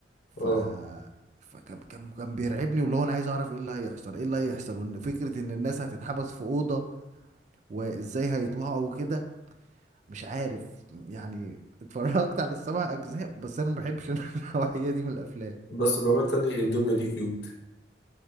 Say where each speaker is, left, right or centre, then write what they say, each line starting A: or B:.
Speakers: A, on the right; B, on the left.
A: ف
B: اه
A: فكان كان كان بيرعبني واللي هو انا عايز اعرف ايه اللي هيحصل ايه اللي هيحصل وان فكرة ان الناس هتتحبس في أوضة وازاي هيطلعوا وكده مش عارف يعني اتفرجت على السبع اجزاء بس انا ما بحبش <laughs> النوعية دي من الافلام
B: بس بأمانة تاني الدمية دي كيوت